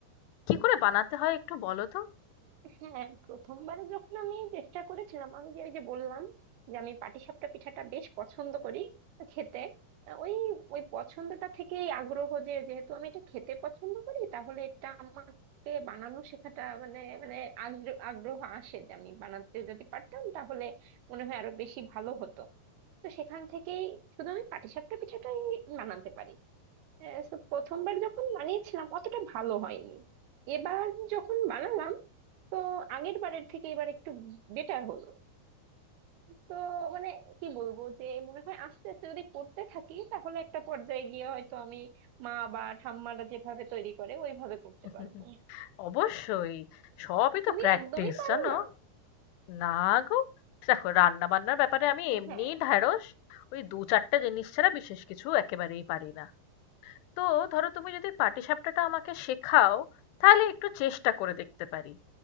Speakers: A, on the left; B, on the right.
A: কি করে বানাতে হয় একটু বলো তো
B: হ্যাঁ প্রথমবারে যখন আমি চেষ্টা করেছিলাম আমি যে ওই যে বললাম যে আমি পাটিসাপটা পিঠাটা বেশ পছন্দ করি খেতে আহ, ওই ওই পছন্দটা থেকেই আগ্রহ যে যেহেতু আমি এটা খেতে পছন্দ করি তাহলে এটা আমাকে বানানো শেখাটা মানে মানে আগ্র- আগ্রহ আসে যে আমি বানাতে যদি পারতাম তাহলে মনে হয় আরো বেশি ভালো হতো তো সেখান থেকেই শুধু আমি পাটিসাপটা পিঠাটাই বানাতে পারি আহ, so প্রথমবার যখন বানিয়েছিলাম অতটা ভালো হয়নি এবার যখন বানালাম তো আগের বারের থেকে এবার একটু বেটার হলো তো মানে কি বলবো যে মনে হয় আস্তে আস্তে যদি করতে থাকি তাহলে একটা পর্যায়ে গিয়ে হয়তো আমি মা বা ঠাম্মারা যেভাবে তৈরি করে ওইভাবে করতে
A: <laughs>
B: পারবো
A: অবশ্যই সবই তো
B: তুমি
A: প্র্যাকটিস
B: একদমই পারো
A: জানো
B: না
A: না গো দেখো রান্না বান্নার ব্যাপারে আমি এমনিই
B: হ্যাঁ
A: ঢ্যাঁড়স ওই দু চারটে জিনিস ছাড়া বিশেষ কিছু একেবারেই পারি না তো ধরো তুমি যদি পাটিসাপটাটা আমাকে শেখাও তাহলে একটু চেষ্টা করে দেখতে পারি